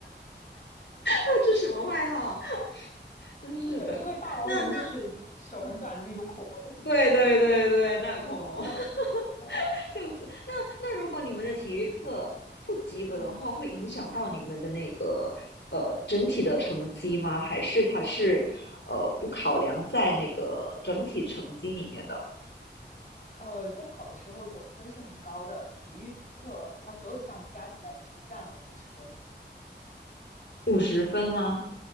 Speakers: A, on the left; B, on the left.
A: 那这什么外号？<laughs> 真是的。
B: 就是因为霸王龙就是手很短的那种恐龙
A: 那那
B: <laughs>。
A: 对对对对，那恐龙
B: 呃呃
A: <laughs> 就是。那那如果你们的体育课不及格的话，
B: 嗯，
A: 会影响到你们的那个呃整体的成绩吗？还是它是呃不考量在那个整体成绩里面的
B: 呃，中考的时候总分是很高的，体育课它所有的项目加起来只占五十分。
A: 五十分吗？